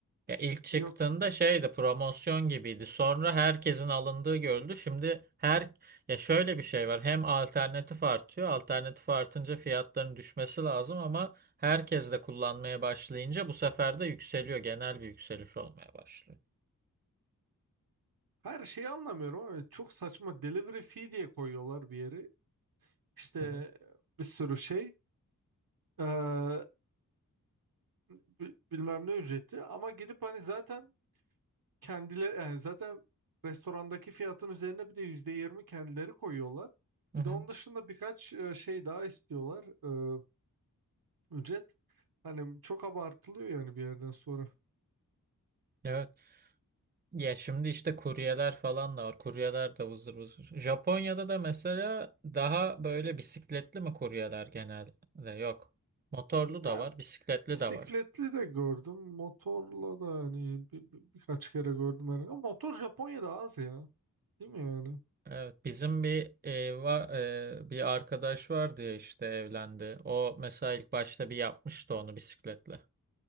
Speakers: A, on the right (about 30°); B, on the right (about 80°).
A: Ya ilk çıktığında
B: yok
A: şeydi promosyon gibiydi. Sonra herkesin alındığı görüldü. Şimdi her ya şöyle bir şey var. Hem alternatif artıyor. Alternatif artınca fiyatların düşmesi lazım ama herkes de kullanmaya başlayınca bu sefer de yükseliyor. Genel bir yükseliş olmaya başlıyor.
B: her şeyi anlamıyorum ama çok saçma delivery fee diye koyuyorlar bir yeri işte
A: Hı hı.
B: bir sürü şey eee, bi- bilmem ne ücreti ama gidip hani zaten kendileri yani zaten restorandaki fiyatın üzerine bir de %20 kendileri koyuyorlar.
A: Hı
B: Bir
A: hı.
B: de onun dışında birkaç e, şey daha istiyorlar e, ücret. Hani çok abartılıyor yani bir yerden sonra.
A: Evet. Ya şimdi işte kuryeler falan da var. Kuryeler de vızır vızır. Japonya'da da mesela daha böyle bisikletli mi kuryeler genelde? Yok. Motorlu
B: Ya
A: da var, bisikletli
B: bisikletli
A: de var.
B: de gördüm, motorla da hani bir- bir- birkaç kere gördüm hani. Ama motor Japonya'da az ya. Değil mi yani?
A: Evet, bizim bir e, va, e, bir arkadaş vardı ya işte evlendi. O mesela ilk başta bir yapmıştı onu bisikletle